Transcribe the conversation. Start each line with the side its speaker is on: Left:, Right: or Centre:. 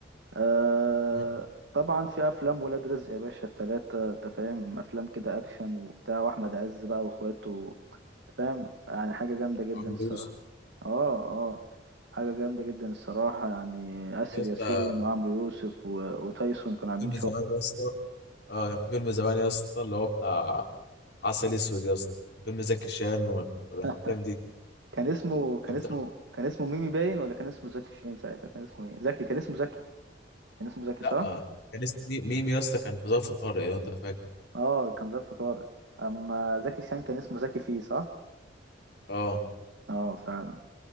Right: آه
Left: امم.
Right: طبعا في افلام ولاد رزق يا باشا التلاتة انت فاهم افلام كده اكشن وبتاع واحمد عز بقى واخواته فاهم يعني حاجة جامدة جدا
Left: عمرو
Right: الصراحة
Left: يوسف
Right: اه اه حاجة جامدة جدا الصراحة يعني آسر
Left: يا اسطى
Right: ياسين وعمرو يوسف و... وتايسون كانوا عاملين
Left: فيلم
Right: شغل
Left: زمان يا اسطى اه كان في فيلم زمان يا اسطى اللي هو بتاع عسل اسود يا اسطى فيلم زكي شان وال- والافلام
Right: <laughs>
Left: دي
Right: كان اسمه كان
Left: كان بتاع
Right: اسمه كان اسمه ميمي باين ولا كان اسمه زكي شين ساعتها كان اسمه ايه زكي كان اسمه زكي كان اسمه زكي
Left: لا
Right: صح
Left: كان اسمه مي- ميم يا اسطى كان في ظرف طارق لو انت فاكر
Right: اه كان ظرف طارق اما زكي شان كان اسمه زكي فيه صح
Left: اه
Right: اه فعلا